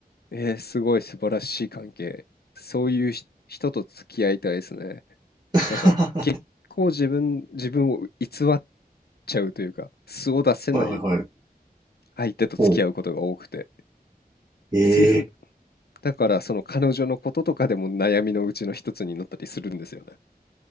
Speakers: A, on the left; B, on the right.
A: えー、すごい素晴らしい関係。そういうひ人と付き合いたいですね。
B: <laughs> は
A: なんか結構自分、自分を偽っちゃうというか、素を出せない
B: いはいはい。
A: 相手と付き合うことが多くて、
B: おう。ええ
A: そういうふう、だからその彼女のこととかでも悩みのうちの一つになったりするんですよね。